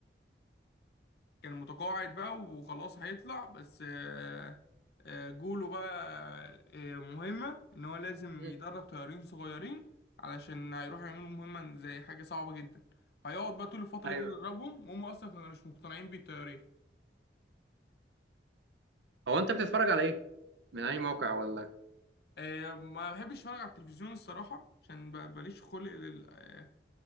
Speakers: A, on the left (about 60°); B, on the right (about 75°).
A: كان متقاعد بقى وخلاص هيطلع بس آه، آه، جوله بقى آه، مهمة إن هو لازم
B: مم.
A: يدرب طيارين صغيرين علشان هيروحوا يعملوا مهمة زي حاجة صعبة جدا هيقعد بقى طول الفترة
B: أيوه
A: دي يدربهم وهم أصلا كانوا مش مقتنعين بيه الطيارين
B: هو أنت بتتفرج على إيه؟ من أي موقع ولا؟
A: آه، ما بحبش أتفرج على التلفزيون الصراحة عشان ب- ماليش خلق لل آه،